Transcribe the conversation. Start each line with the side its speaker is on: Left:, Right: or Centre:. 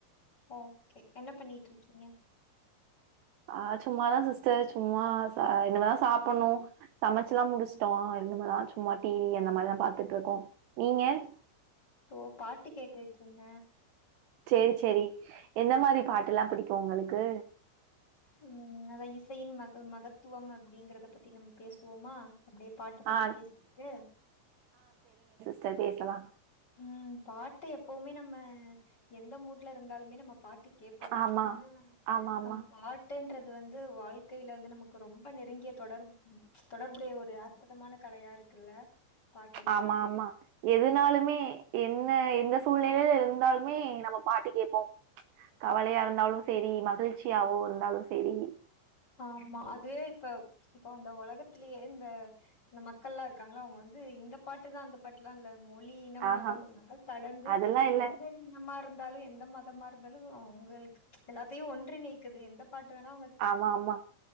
Left: ஓகே என்ன பண்ணிட்டு இருக்கீங்க
Right: ஆ சும்மாதா சிஸ்டர் சும்மா சா இனுமதா சாப்புட்ணு சமைச்சில்லா முடிச்ட்டோ இனுமதா சும்மா டிவி அந்த மாதிரிதா பாத்தட்டு இருக்கோ நீங்க
Left: இதோ பாட்டு கேட்டுட் ட்டுருந்த
Right: சரி சரி எந்த மாதிரி பாட்டு எல்லாம் பிடிக்கும் உங்களுக்கு
Left: உம் அதான் இசையின் மக மகத்துவம் அப்படிங்கறத பத்தி நம்ம பேசுவோமா அப்படியே பாட்டை பத்தி
Right: ஆ
Left: பேசிக்கிட்டு
Right: சர் பேசலாமா
Left: உம் பாட்டு எப்பவுமே நம்ம எந்த மூட்ல இருந்தாலுமே நம்ம பாட்டு கேட்போம்
Right: ஆமா
Left: ச்சு ஏன்னா
Right: ஆமா ஆமா
Left: நம்ம பாட் டைம் இசைங்குறது வந்து வாழ்க்கையில வந்து நமக்கு ரொம்ப நெருங்கிய தொடர்பு தொடர்புடைய ஒரு அற்புதமான கலையா இருக்குல்ல பாட்டுங்கிறது.
Right: ஆமா ஆமா எதுனாலுமே என்ன எந்த சூழ்நிலையில இருந்தாலுமே நம்ம பாட்டு கேட்போம் கவலையா இருந்தாலும் சரி மகிழ்ச்சியாவோ இருந்தாலும் சரி
Left: ஆமா அது இப்ப இப்ப அந்த உலகத்திலயே இந்த இந்த மக்கள் எல்லாம் இருக்காங்களா அவங்க வந்து இந்த பாட்டுதான் அந்த பாட்டுலாம் இல்ல மொழி இனம்
Right: ஆஹா
Left: மதம் அதல்லாம் கடந்து
Right: அதெல்லா இல்ல
Left: எந்த இனமா இருந்து இருந்தாலும் எந்த மதமா இருந்தாலும் உங்களுக்கு எல்லாத்தையும் ஒன்றி நீக்குது எந்த பாட்டுனா
Right: ஆமா ஆமா